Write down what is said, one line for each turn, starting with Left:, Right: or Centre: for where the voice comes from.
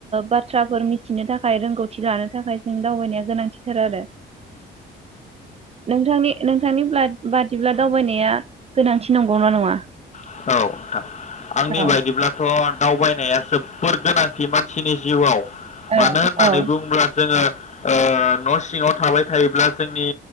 Right: बाथ्राफोर मिथिनो थाखाय रोंगौथि लानो थाखाय जों दावबायनाया गोनांथिथार आरो ओ नोंथांनि नोंथांनि बाद बादिब्ला दावबायनाया गोनांथि नंगौना नङा
Left: औ नोंथां आंनि
Right: औ
Left: बायदिब्लाथ' दावबायनाया जोबोर गोनांथि मानसिनि जिउआव
Right: औ
Left: मानो होननानै
Right: औ
Left: बुङोब्ला जोङो ओ न' सिङाव थाबाय थायोब्ला जोंनि